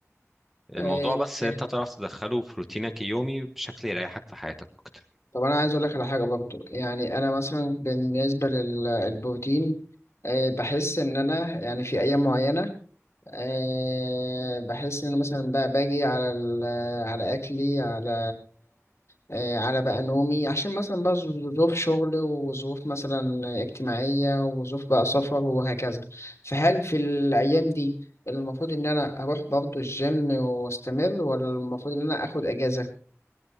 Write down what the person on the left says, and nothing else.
آه،
تمام
طب أنا عايز أقول لك على حاجة برضو يعني أنا مثلا بالنسبة للبروتين بحس إن أنا يعني في أيام معينة أه بحس إن مثلا بقى باجي على ال- على أكلي على أه على بقى نومي عشان مثلا بقى ظ- ظروف شغل وظروف مثلا اجتماعية وظروف بقى سفر وهكذا فهل في الأيام دي المفروض إن أنا أروح برضه الجيم وأستمر ولا المفروض إن أنا أخد أجازة؟